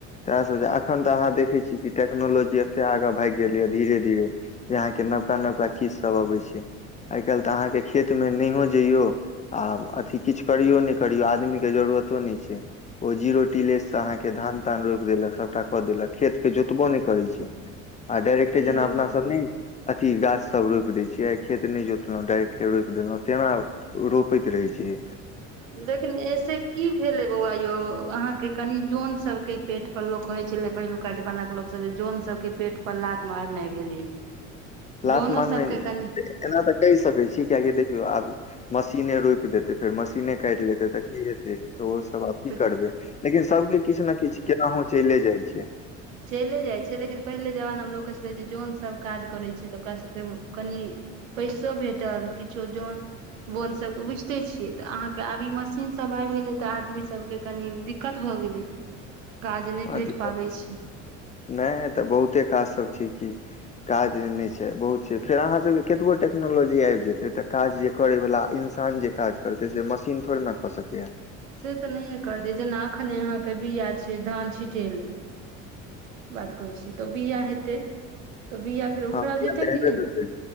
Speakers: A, on the left; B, on the right.
A: तएसभ जे एखन तऽ अहाँ देखैत छीय कि टेक्नोलॉजी एतेक आगाँ भागि गेलैए धीरे धीरे जे अहाँके नवका नवका चीजसभ अबैत छै आइ काल्हि तऽ अहाँके खेतमे नहिो जइयौ आ अथी किछु करियो नहि करियौ आदमीके जरूरतो नहि छै ओ जीरो टीलेससँ अहाँके धान। कान रोपि देलक सभटा कऽ देलक खेत के जोतबो नहि करै छै। आ डाइरेक्टे
B: नहि
A: जेना अपना सब ने। अथि गाछसभ रोपि दैत छियै आ खेत नहि जोतलहुँ डायरेक्टे रोपि देलहुँ तेना रोपैत रहैत छैियै।
B: लेकिन ऐसे की भेलै बौआ यौ अहाँके कनि जन सबके। पेट पर लोक कहै छलै पहिलुका जमाना के लोक सब जे जन सबके पेट पर लाातमार नहि भेलै।
A: लात
B: जनो
A: मारने
B: सबके
A: एना
B: कनि
A: तऽ कहि सकै छी कक देखियौ आब। मशीने रोपि देत। फेर मशीने काटि लेतै त की हते। तऽ ओ सब अथी
B: तऽ
A: करबे लेकिन सब के किछु ने किछ केना हो।। चले जाइ छियै।
B: चलिे जाइ छै लेकिन पहिले जमानामे लोक कहै छलै जे जनसभ काज करै छै तऽ ओकास सभके कनि पैसो भेटल किछो जन बोन सभके बुझिते छियै तऽ अहाँके आब ई मशीनसभ आबि गेलै तऽ आदमी सभके कनि दिक्कत भऽ गेलै। काज नहि
A: हँ
B: भेट
A: दिक्कत
B: पाबै छै।
A: नहि तऽ बहुते काजसभ छै कि काज नहि छै बहुत छै फेर अहाँसभके कतबो टेक्नोलॉजी आबि जेतै तऽ काज जे करयवला इन्सान जे काज करतै से मशीन थोड़े ने कऽ सकैए।
B: से तऽ नहिए करतै जेना एखने अहाँके बीआ छै धान छिट ल बात कहै छी तऽ बीआ हेतै। <unintelligible> फेर उखड़ल
A: हँ तऽ
B: जेतै
A: हेबे
B: कि नहि
A: करतै